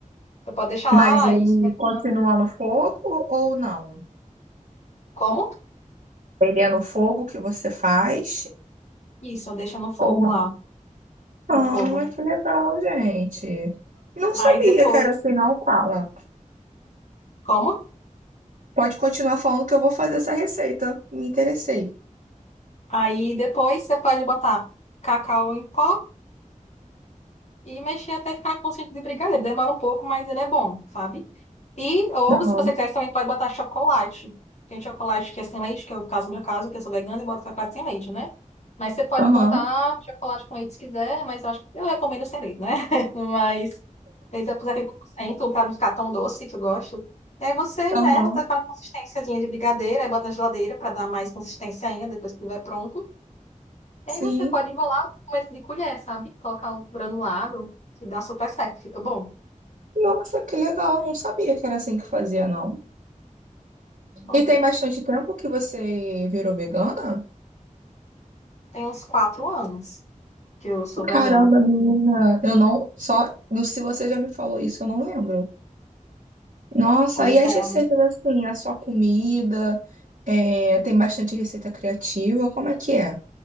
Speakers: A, on the left; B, on the right.
A: Você pode deixar lá
B: Mas ele
A: e esperando.
B: continua no fogo ou não?
A: Como?
B: Ele é no fogo que você faz
A: Isso, deixa no fogo
B: ou não?
A: lá, no
B: Ah,
A: fogo.
B: que legal, gente. Não
A: Aí
B: sabia
A: depois.
B: que era assim, não, fala.
A: Como?
B: Pode continuar falando que eu vou fazer essa receita. Me interessei.
A: Aí depois você pode botar cacau em pó E mexer até ficar com sentido de brigadeiro. Demora um pouco, mas ele é bom, sabe? E, ou,
B: Aham,
A: se você quiser, você também pode botar chocolate. Tem chocolate que é sem leite, que é o caso, meu caso, que eu sou vegana e boto chocolate sem leite, né? Mas você pode
B: aham,
A: botar chocolate com leite se quiser, mas eu acho que eu recomendo sem leite, né? <laughs> Mas ele vai puser 30% para não ficar tão doce, que eu gosto. E aí você
B: aham.
A: mela, tá com uma consistênciazinha de brigadeiro, aí bota na geladeira para dar mais consistência ainda depois que estiver pronto. E
B: Sim.
A: aí você pode embolar com começo de colher, sabe? Colocar um granulado e dá super certo, fica bom.
B: Nossa, que legal. Não sabia que era assim que fazia, não.
A: Bom,
B: E tem bastante tempo que você virou vegana?
A: tem uns quatro anos que eu sou vegana.
B: Caramba, menina, eu não, só, não- se você já me falou isso, eu não lembro. Nossa,
A: Pois
B: e as
A: é.
B: receitas assim, a sua comida, é, tem bastante receita criativa, como é que é?